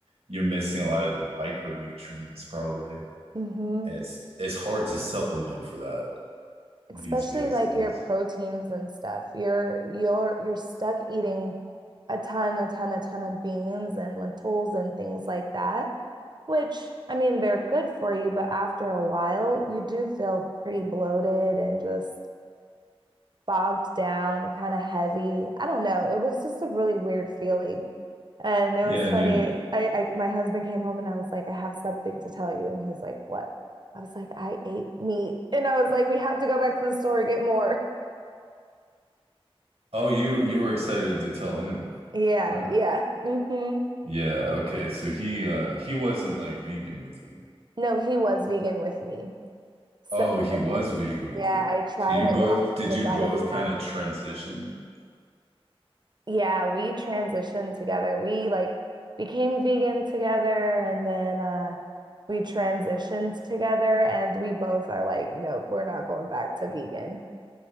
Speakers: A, on the right; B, on the right.
A: you're missing a lot of the micronutrients probably
B: hmm
A: and it's it's hard to supplement for that these
B: Especially
A: days
B: like
A: at least
B: your proteins and stuff. You're you're you're stuck eating a ton, a ton, a ton of beans and lentils and things like that, which I mean they're good for you, but after a while you do feel pretty bloated and just bogged down, kind of heavy. I don't know. It was just a really weird feeling. And it
A: yeah
B: was
A: and
B: funny.
A: you
B: I, I my husband came home and I was like, I have something to tell you. And he's like, What? I was like, I ate meat. And I was like, we have to go back to the store and get more.
A: Oh, you you were excited to tell him,
B: Yeah,
A: right?
B: yeah. hmm
A: Yeah, okay. So he uh he wasn't like vegan with you.
B: No, he was vegan with me. So
A: Oh, he was vegan with
B: yeah,
A: you.
B: I tried
A: So you
B: it
A: both
B: while
A: did
B: he was
A: you
B: out
A: both
B: of
A: kind
B: town.
A: of transition?
B: yeah, we transitioned together. We like became vegan together and then uh we transitioned together and we both are like, nope, we're not going back to vegan.